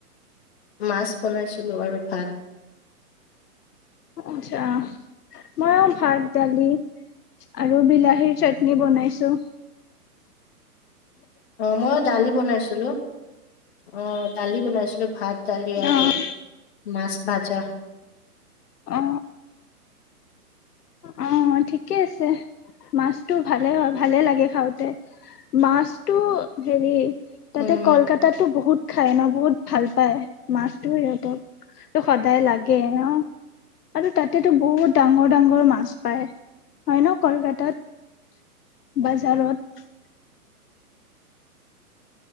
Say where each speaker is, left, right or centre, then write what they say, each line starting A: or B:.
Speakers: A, on the left; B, on the left.
A: মাছ বনাইছিলোঁ আৰু ভাত।
B: আচ্ছা। ময়ো ভাত, দালি আৰু বিলাহীৰ চাটনি বনাইছোঁ।
A: অ' ময়ো দালি বনাইছোঁ। ছিলোঁ। অ' দালি বনাইছিলোঁ। ভাত দালি আৰু
B: অ',
A: মাছ। বাচা
B: অ'। অ', ঠিকে আছে । মাছটো ভালে হয়- ভালে লাগে খাওঁতে । মাছটো হেৰি তাতে
A: উম
B: কলকাতাতো বহুত খাই ন'? বহুত ভাল পায় মাছটো সিহঁতক । তো সদায় লাগে ন'? আৰু তাতেতো বহুত ডাঙৰ-ডাঙ্গৰ মাছ পায়, হয় ন'? কলকাতাত, বাজাৰত।